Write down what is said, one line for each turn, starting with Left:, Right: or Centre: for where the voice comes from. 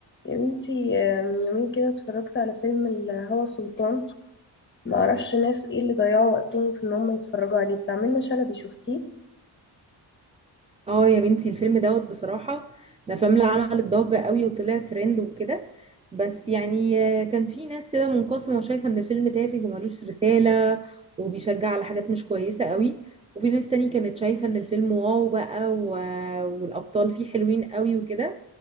Left: يا بنتي آه، من يومين كده اتفرجت على فيلم الهوى سلطان ما اعرفش ناس ايه اللي ضيعوا وقتهم في ان هم يتفرجوا عليه بتاع منة شلبي شفتيه
Right: اه يا بنتي الفيلم دوت بصراحة الأفلام اللي عملت ضجة قوي وطلع ترند وكده بس يعني آه، كان في ناس كده منقسمة وشايفة إن الفيلم تافه وملوش رسالة وبيشجع على حاجات مش كويسة قوي وفي ناس تاني كانت شايفة إن الفيلم واو بقى و... والأبطال فيه حلوين قوي وكده